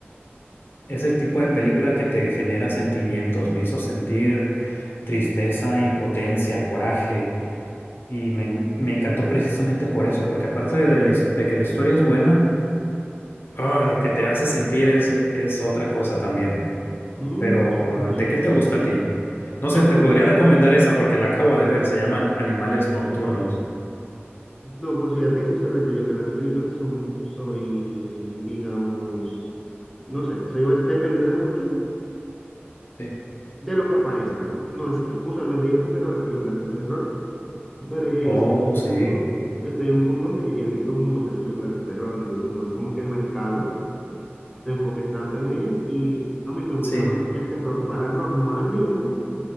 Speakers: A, on the left; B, in the centre.
A: Es el tipo de película que te genera sentimientos. Me hizo sentir tristeza, impotencia, coraje. Y me, en- me encantó precisamente por eso, porque aparte de, la his- de que la historia es buena, ah, lo que te hace sentir es, es otra cosa también.
B: Mm,
A: Pero,
B: imagino.
A: ¿de qué te gusta a ti? No
B: No,
A: sé,
B: pues
A: te
B: mira.
A: podría recomendar esa porque la acabo de ver. Se llaman Animales Nocturnos.
B: No, pues fíjate que usualmente yo con las películas son, soy, digamos, no sé, soy, depende de mucho
A: Sí.
B: de lo que aparezca, ¿no? No es que usualmente yo prefiero ver películas de terror, pero ya yo
A: Oh,
B: estoy en un
A: sí,
B: punto, estoy en un punto donde yo ya he visto muchas películas de terror, entonces no es como que el mercado se enfoque tanto en ellas y a mí me gusta
A: sí,
B: más el terror paranormal, digamos,